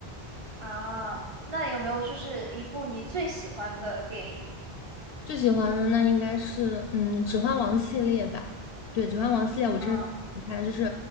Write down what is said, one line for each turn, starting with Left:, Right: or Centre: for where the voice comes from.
Right: 啊，那有没有就是一部你最喜欢的电影
Left: 最喜欢的那应该是嗯《指环王》系列吧。对，《指环王》系列我真的你看，
Right: 啊
Left: 就是